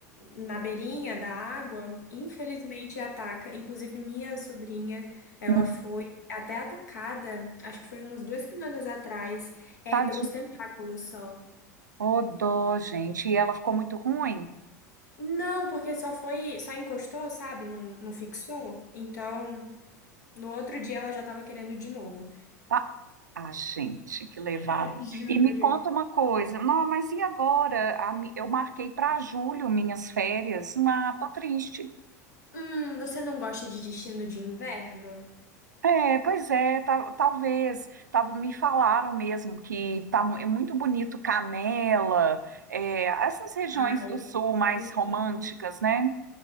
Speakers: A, on the left (about 75°); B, on the right (about 85°).
A: na beirinha da água, infelizmente ataca. Inclusive, minha sobrinha, ela
B: Hum,
A: foi até atacada, acho que foi umas duas semanas atrás, é,
B: Tadinho.
A: pelos tentáculos só.
B: Ô, dó, gente. E ela ficou muito ruim?
A: Não, porque só foi, só encostou, sabe? Não, não fixou. Então, no outro dia ela já tava querendo de novo.
B: Tá? Ah, gente, que levado.
A: <laughs> Juro.
B: E me conta uma coisa. Não, mas e agora? A mi- Eu marquei para julho minhas férias. Ah, tô triste.
A: Hum, você não gosta de destino de inverno?
B: É, pois é, ta- talvez. Tava, me falaram mesmo que tá mu- é muito bonito Canela, é, essas regiões
A: Ai,
B: do sul mais
A: sim.
B: românticas, né?